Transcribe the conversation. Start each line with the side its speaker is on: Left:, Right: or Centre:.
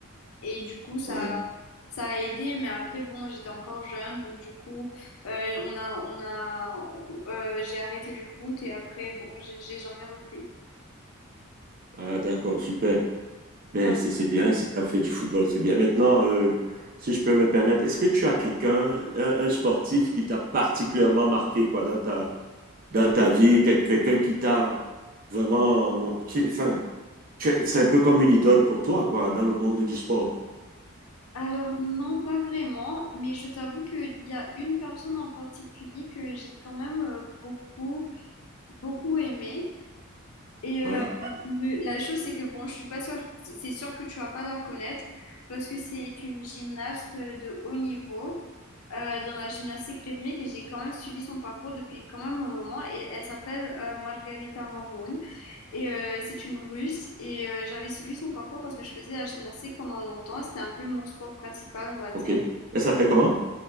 Left: Et du coup ça,
Right: Ouais.
Left: ça a aidé mais après bon, j'étais encore jeune donc du coup euh, on a, on a, euh, j'ai arrêté le foot et après bon, j'ai, j'ai- j'en ai repris.
Right: Ah, d'accord, super. Mais
Left: Ouais.
Right: c'est c'est bien, si tu as fait du football, c'est bien. Maintenant, euh, si je peux me permettre, est-ce que tu as quelqu'un, un, un sportif qui t'a particulièrement marqué, quoi, dans ta, dans ta vie, quel- quelqu'un qui t'a vraiment, mon- qui- enfin, tu es- c'est un peu comme une idole pour toi, quoi, dans le monde du sport.
Left: Alors non, pas vraiment, mais je t'avoue qu'il y a une personne en particulier que j'ai quand même euh, beaucoup, beaucoup aimée. Et
Right: Ouais,
Left: euh, le- la chose, c'est que bon, je suis pas sûre, c'est sûr que tu vas pas la connaître parce que c'est une gymnaste de haut niveau euh, dans la gymnastique rythmique et j'ai quand même suivi son parcours depuis quand même un moment et elle s'appelle euh, Margarita Mamoun et euh, c'est une Russe et euh, j'avais suivi son parcours parce que je faisais la gymnastique pendant longtemps, c'était un peu mon sport principal, on va dire.
Right: ok. Elle s'appelait comment?